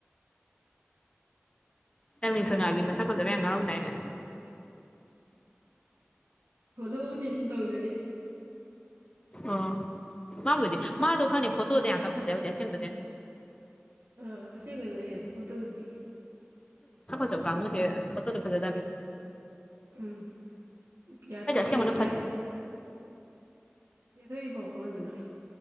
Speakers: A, on the left (about 20°); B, on the right (about 85°).
A: ꯅꯪ ꯃꯤꯡꯊꯣ ꯅꯥꯕꯤ ꯃꯁꯥ ꯀꯣꯟꯖꯕꯌꯥꯝ ꯉꯥꯎꯔꯝꯗꯥꯏꯅꯦ
B: ꯎꯝ ꯍꯂ ꯍꯗꯤꯅ ꯇꯧꯅꯔ
A: ꯑꯣ ꯃꯥꯕꯨꯗꯤ ꯃꯥꯗꯣ ꯈꯪꯅꯤ ꯐꯣꯇꯣꯗ ꯌꯥꯝ ꯐꯖꯩꯗꯤ ꯑꯁꯦꯡꯕ
B: ꯑ ꯑꯁꯤꯁꯦꯡ ꯀꯅꯤ ꯍꯥꯏꯔꯦ ꯍ ꯇꯣ ꯑꯗꯨꯗꯤ
A: ꯀꯝꯨꯁꯦ ꯐꯠꯇ ꯇ ꯐꯖꯗꯥ
B: ꯎꯝ ꯄꯤꯌꯥꯊꯣꯏ
A: ꯑꯁꯦꯡꯕꯅ
B: ꯄꯌꯥꯊ
A: ꯐꯖ
B: ꯌꯦꯗꯣꯏ ꯄꯣ ꯍꯔꯗꯨꯅ